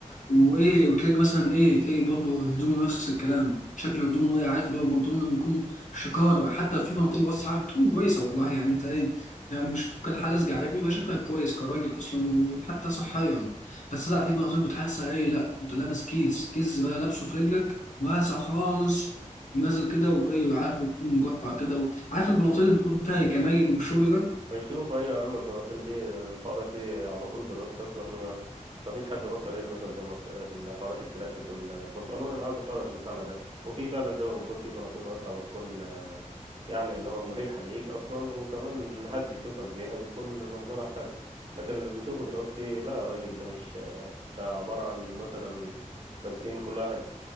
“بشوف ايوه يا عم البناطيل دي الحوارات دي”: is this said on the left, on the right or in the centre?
Right